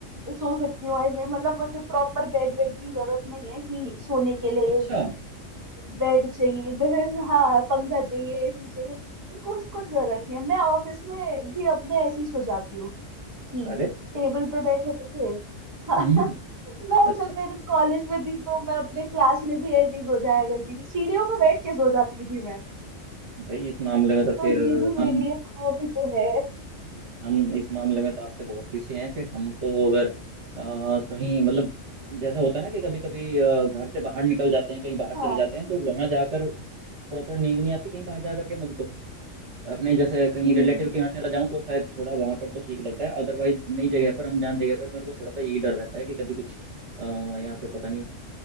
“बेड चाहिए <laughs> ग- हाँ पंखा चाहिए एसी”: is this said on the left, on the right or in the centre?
Right